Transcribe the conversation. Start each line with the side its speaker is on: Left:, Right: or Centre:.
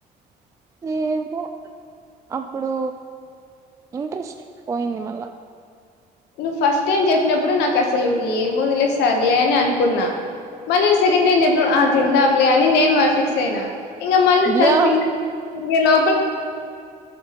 Right: ఏమో అప్పుడు ఇంట్రెస్ట్ పోయింది మళ్ళ
Left: నువ్వు ఫస్ట్ టైం చెప్పినప్పుడు నాకు అసలు ఏముందు లే సర్లే అని అనుకున్నా మల్లి సెకండ్ టైమ్ చెప్పినప్పుడు ఆ తిందాంలే అని నేను వాన్ ఫిక్స్ సేనా ఇంగ మళ్ళీ
Right: వ్యా
Left: సరి సిం లో